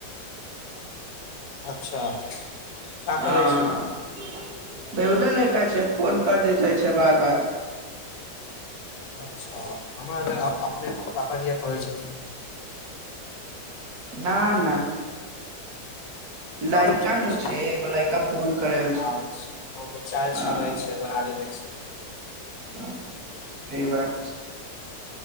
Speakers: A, on the left (about 80°); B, on the right (about 60°).
A: अच्छा का
B: हँ
A: करै छी उ?
B: बेहुदा लैका छै फोन कर दैत रह छै बार बार
A: अच्छा हमरा अपने पापा दिया कह छै थून
B: ना ना लायका
A: तब ठीक
B: नु
A: छै
B: छैय लायका फोन करेल
A: अच्छा
B: छै
A: हम तऽ चाय छानै
B: ह
A: छियै बना देने छै
B: ह स <unintelligible> बात